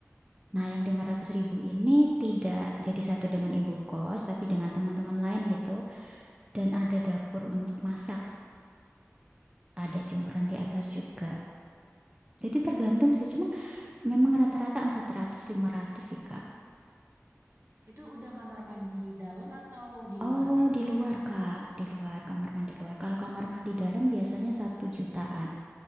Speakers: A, on the right; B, on the right.
A: Nah yang lima ratus ribu ini tidak jadi satu dengan ibu kos, tapi dengan teman-teman lain gitu. Dan ada dapur untuk masak, ada jemuran di
B: Oh.
A: atas juga. Jadi tergantung sih, cuman memang rata-rata empat ratus lima ratus sih, Kak.
B: Itu udah kamar mandi dalam atau di
A: Oh,
B: luar, Kak?
A: di luar, Kak. Di luar, kamar mandi luar. Kalau kamar mandi dalam biasanya satu jutaan.